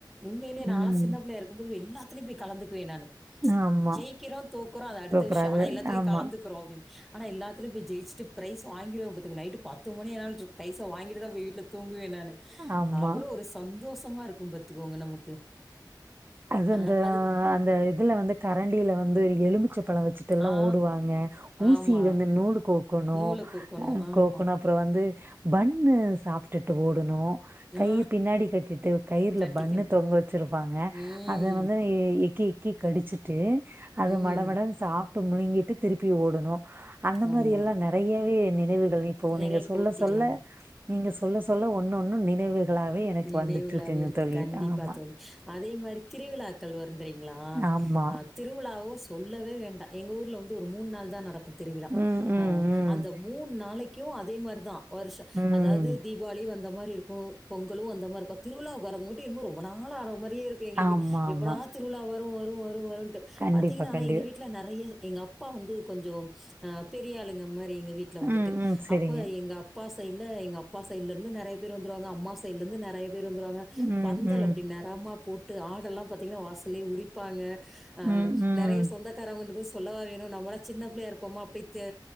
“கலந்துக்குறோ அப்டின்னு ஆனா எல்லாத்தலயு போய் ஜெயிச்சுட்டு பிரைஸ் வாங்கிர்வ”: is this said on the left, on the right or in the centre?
Centre